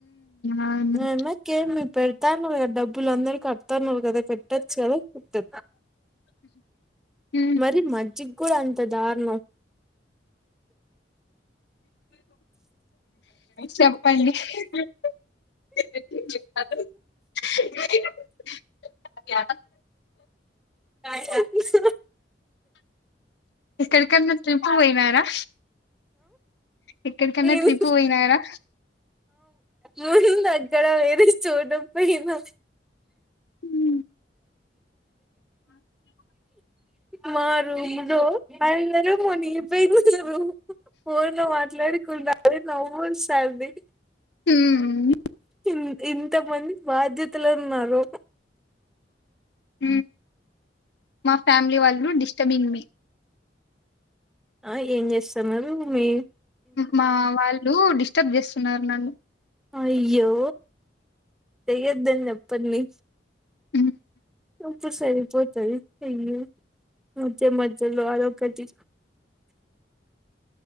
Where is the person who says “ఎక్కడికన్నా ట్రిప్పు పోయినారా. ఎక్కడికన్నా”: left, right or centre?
Left